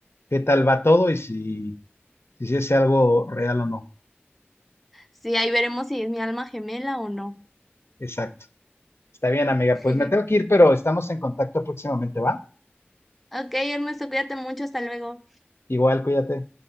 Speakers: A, on the left; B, in the centre.
A: qué tal va todo y si, si es algo real o no.
B: Sí, ahí veremos si es mi alma gemela o no.
A: Exacto. Está bien, amiga.
B: <laughs>
A: Pues me tengo que ir, pero estamos en contacto próximamente, ¿va?
B: Ok, Ernesto, cuídate mucho, hasta luego.
A: Igual, cuídate.